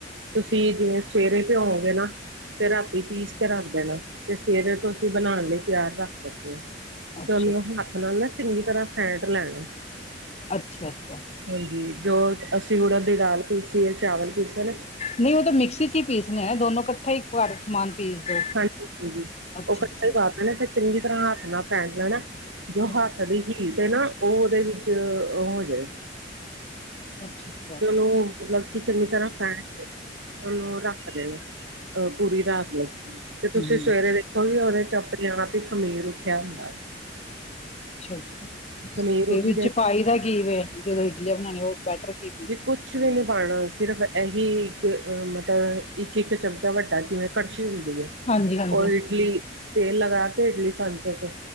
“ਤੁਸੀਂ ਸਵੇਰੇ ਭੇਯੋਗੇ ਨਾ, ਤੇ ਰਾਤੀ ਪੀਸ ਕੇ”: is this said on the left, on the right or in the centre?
Right